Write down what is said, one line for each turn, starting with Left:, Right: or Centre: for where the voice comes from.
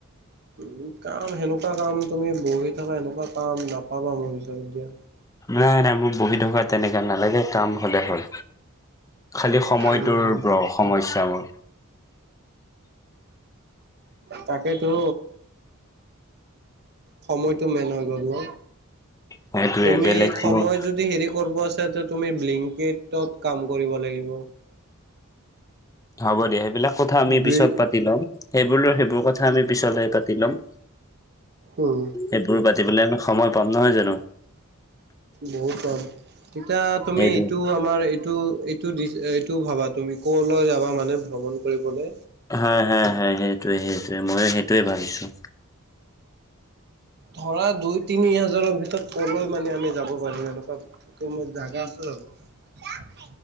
Right: উম কাম সেনেকুৱা কাম তুমি বহি থকা সেনেকুৱা কাম নাপাবা মোৰ হিচাপত যে
Left: নাই নাই মোক বহি থকা তেনেকা নালাগে কাম হ'লে হ'ল। খালী সময়টোৰ
Right: উম,
Left: সমস্যাবোৰ
Right: তাকে তো সময়টো মেন হৈ গ'ল ন
Left: সেইটোয়ে
Right: তুমি
Left: বেলেগ
Right: সময়
Left: মোৰ
Right: যদি হেৰি কৰিব আ যদি তুমি বিলিংকিত ত কাম কৰিব লাগিব
Left: হ'ব দিয়া সেইবিলাক কথা আমি
Right: ব্লি
Left: পিছত পাতি লম সেইবোৰ সেইবোৰ কথা আমি পিছলে পাতি ল'ম
Right: উম
Left: সেইবোৰ পাতিবলে আমি সময় পাম নহয় জানো
Right: বহুত কাম তেতিয়া তুমি
Left: সেইটোৱে
Right: এইটো আমাৰ এইটো এইটো দি টো ভাবা তুমি ক'লৈ যাবা মানে ভ্ৰমণ কৰিবলে
Left: হা হে হে সেইটোৱে সেইটোৱে মই সেইটোৱে ভাবিছোঁ
Right: ধৰা দুই তিনি হাজাৰৰ ভিতৰত কলৈ মানে আমি যাব পাৰিম এনেকুৱা জাগা আছে জানো